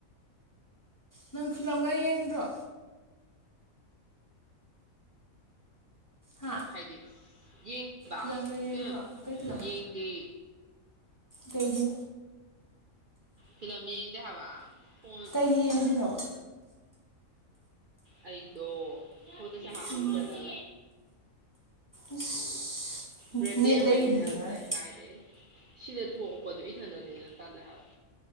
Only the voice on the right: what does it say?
ꯎꯝ ꯍꯥꯏꯗꯤ ꯌꯦꯡꯗꯦꯕ
ꯀꯩꯅꯣ
ꯌꯦꯡꯗꯦ
ꯐꯤꯂꯝ ꯌꯦꯡꯗꯦ ꯍꯥꯏꯕ ꯐꯣꯟ
ꯑꯩꯗꯣ ꯑꯩꯟꯗꯁꯨ <unintelligible> ꯍꯥꯞ ꯉꯝꯖꯗꯕꯦ
ꯕ꯭ꯔꯦꯗ‌ꯦ
ꯑꫭꯏꯅ
ꯌꯥꯝ
ꯆꯥꯏ ꯀꯥꯏꯗꯩ ꯁꯤꯗ ꯊꯣꯛꯂꯛꯄꯗꯨ ꯏꯊꯟꯗꯅꯤꯅ ꯇꯜꯂꯦ ꯍꯥꯏꯕ